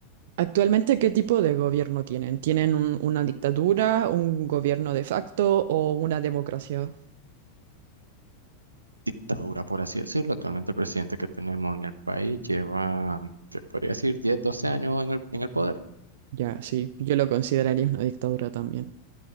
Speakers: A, on the right (about 55°); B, on the right (about 80°).
A: Actualmente, ¿qué tipo de gobierno tienen? ¿Tienen un- una dictadura, un gobierno de facto o una democracia?
B: dictadura, por así decirlo. Actualmente el presidente que tenemos en el país lleva, se podría decir, 10 12 años en el, en el poder.
A: Ya, sí, yo lo consideraría una dictadura también.